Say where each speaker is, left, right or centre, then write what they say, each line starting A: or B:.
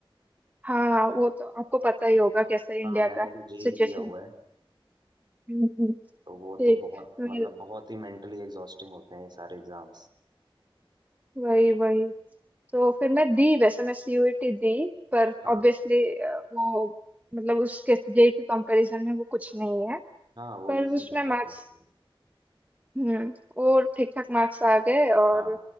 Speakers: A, on the right; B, on the right.
A: हाँ वो तो आपको पता ही होगा कैसे इंडिया
B: हाँ मैंने
A: का
B: भी जेई
A: सिचुएशन
B: दिया हुआ है
A: हम्म।
B: तो वो
A: ठीक
B: तो बहुत
A: मैं
B: मतलब बहुत ही मेंटली एग्जॉस्टिंग होते हैं ये सारे एग्जाम्स
A: वही वही तो फिर मैं दी वैसे मैं सीयूईटी दी पर
B: हाँ
A: ऑब्वियसली वो मतलब उसके जेई के कंपैरिजन में वो कुछ नहीं है
B: हाँ वो
A: पर
B: इजी
A: उसमें
B: है काफी
A: मार्क्स
B: easy है।
A: हम्म और ठीक ठाक मार्क्स आ गए और
B: हाँ